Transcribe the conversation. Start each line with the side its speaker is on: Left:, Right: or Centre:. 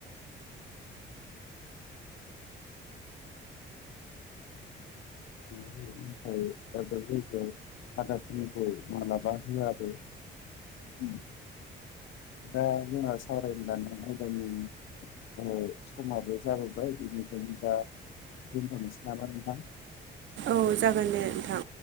Left: <unintelligible> <unintelligible> औ दाब दाब जायगायाव <unintelligible> मालाबा होयाबो ओम दा जोंहा सावरायनो लानाय आयदानि ओ समाबो जाबोबाय बेनिखायनो दा दोनथ'नोसै नामा नोंथां
Right: औ जागोन दे नोंथां